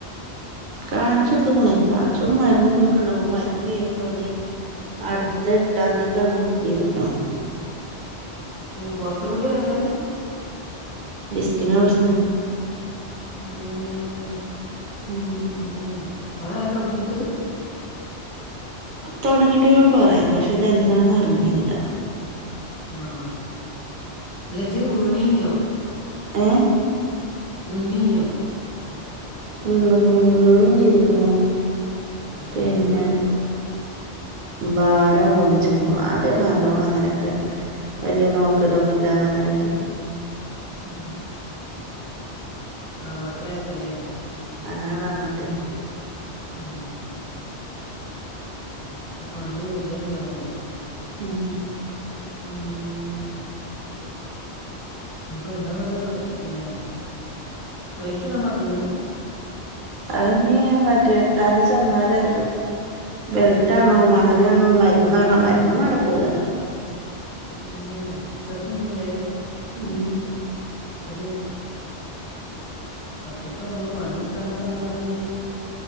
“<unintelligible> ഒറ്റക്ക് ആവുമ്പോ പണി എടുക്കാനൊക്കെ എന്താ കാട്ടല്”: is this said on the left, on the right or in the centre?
Left